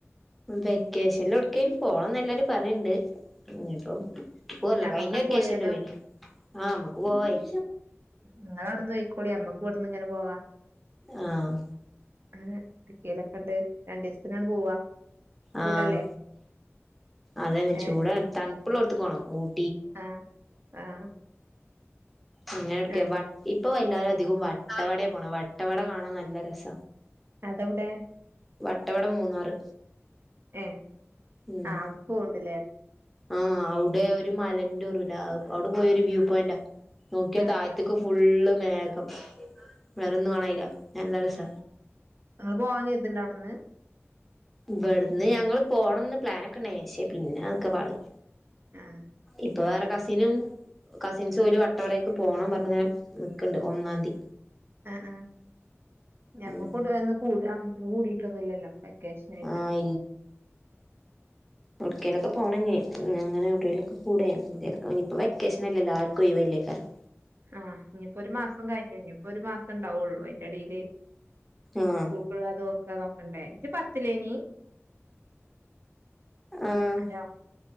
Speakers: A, in the centre; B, on the right.
A: മ് വെക്കേഷനിൽ എവിടക്കേലും പോണംന്ന് എല്ലാരും പറയണ്ട് ഇനിപ്പം പോല്ല
B: ഞമ്മക്കാണ്ട്
A: കഴിഞ്ഞ വെക്കെഷനില്
B: പോയാലോ
A: പോയിന് ആഹ് നമ്മക്ക് പോവയ്
B: നിങ്ങളവിടുന്ന് പോയിക്കോളി നമ്മുക്ക് ഇവിടുന്ന് ഇങ്ങനെ പോകാം
A: ആഹ്
B: അങ്ങനെ ഇടുക്കയിലൊക്കെണ്ട് രണ്ടു ദിവസത്തിനാണ് പോവാ ചൂടല്ലേ
A: ആഹ് അതന്നെ
B: ഏ
A: ചൂടാണ് തണുപ്പ്ള്ളോടുത്തക്കോണം ഊ-
B: ആഹ് ആഹ്
A: ഇങ്ങനെ എടുക്ക
B: ആഹ്
A: വ ഇപ്പ എല്ലാ അധികം വട്ടവടയെ പോണെ വട്ടവട കാണാൻ നല്ല രസ
B: അതെവിടെ
A: വട്ടവട മൂന്നാറ്
B: ഏഹ്
A: ഉം
B: ആഹ് അവിടെ പോണ്ട്ല്ലേ
A: ആഹ് അവിടെ ഒരു മലന്റെ നൂറൂല്ല അവിടെ പോയ ഒരു വ്യൂ പോയിന്റാ നോക്കിയാ
B: ആഹ്
A: താഴത്ത്ക്ക്
B: ആഹ്
A: ഫുള്ള് മേഘം വേറൊന്ന് കാണല്ല നല്ല രസ
B: നിങ്ങള് പോവാൻ <unintelligible> അവിടുന്ന്
A: ഇവിടുന്ന് ഞങ്ങള് പോണംന്ന് പ്ലാനൊക്കെ ഉണ്ടായിൻ പക്ഷെ പിന്നെ അതൊക്കെ പാളി
B: ആഹ്
A: ഇപ് പ്പൊ വേറെ കസിനും കസിൻസ് ഓല് വട്ടവടേക്ക് പോകണം പറഞ്ഞഞ്ങ്ങനെ നിക്ക്‌ണ്ട് ഒന്നാം തി
B: ആഹ് ആഹ് ഞമ്മക്ക്കൂടൊന്നു
A: ഉം
B: കൂടാം കൂടിട്ടൊന്നുല്ലല്ലോ ക്കേഷനായിട്ട്
A: ആഹ് എടുക്കെലൊക്കെ പോണം ഞ്ഞി അങ്ങനെ എവിടെലൊക്കെ കൂടെം എന്തേരൊക്കെ ഇനിപ്പൊ വെക്കേഷൻ അല്ലല്ലോ ആർക്കും ഒഴിവല്ലേകാരം
B: ആഹ് ഇനിയിപ്പോ ഒരു മാസം കഴിഞ്ഞു ഇനിയിപ്പോ ഒരു മാസം ഉണ്ടാവുള്ളൂ അതിന്റെ ഇടയില്
A: ആഹ്
B: കൂട്ടുകാരുടെക്കെ നോക്കണ്ടേ ജ്ജ് പത്തിലേ നി
A: ആഹ്
B: അലോ